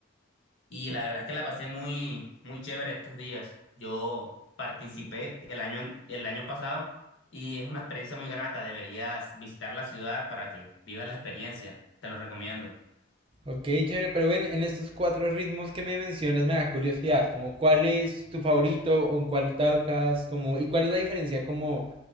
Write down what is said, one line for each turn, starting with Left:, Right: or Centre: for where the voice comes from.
Left: Y la verdad es que la pasé muy, muy chévere estos días. Yo participé el año, el año pasado y es una experiencia muy grata. Deberías visitar la ciudad para que vivas la experiencia. Te lo recomiendo.
Right: Ok, chévere, pero ven, en estos cuatro ritmos que me mencionas me da curiosidad, como cuál es tu favorito o en cuál tocas, como, y cuál es la diferencia como